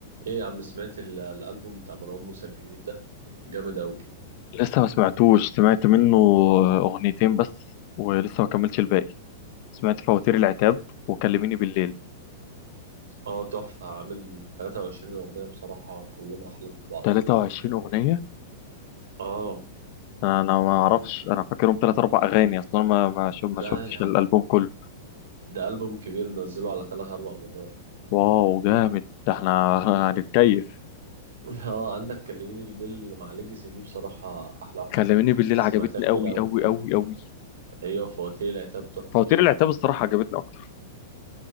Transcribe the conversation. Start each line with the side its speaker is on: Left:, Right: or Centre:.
Right: ايه يا عم سمعت ال- الالبوم بتاع مروان موسى الجديد ده جامد اوي
Left: لسه ما سمعتوش سمعت منه أغنيتين بس ولسه ما كملتش الباقي سمعت فواتير العتاب وكلميني بالليل
Right: اه تحفة عامل 23 اغنية بصراحة كلهم احلى من بعض
Left: 23 أغنية
Right: اه
Left: أنا ما أعرفش أنا فاكرهم تلات أربع أغاني أصلا ما ما شف- ما
Right: لا
Left: شفتش
Right: يا عم
Left: الألبوم كله
Right: ده البوم كبير نزله على تلات اربع مرات
Left: واو جامد ده إحنا <laughs> هنتكيف
Right: <laughs> اه عندك كلميني بالليل مع ليجاسي دي بصراحة احلى واحدة
Left: كلميني
Right: فيهم
Left: بالليل عجبتني
Right: سمعتها كتير
Left: أوي
Right: اوي
Left: أوي أوي أوي
Right: ايوه فواتير العتاب تحفة
Left: فواتير
Right: بصراحة
Left: العتاب الصراحة عجبتني أكتر